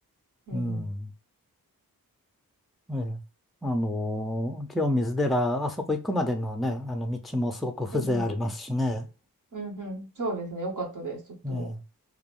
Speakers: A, on the right; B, in the centre.
A: うんうん。
B: うん。ええ、あの、清水寺、あそこ行くまでのね、あの、道もすごく風情ありますしね。
A: うんうん。うんうん。そうですね。よかったです。とっても。
B: ええ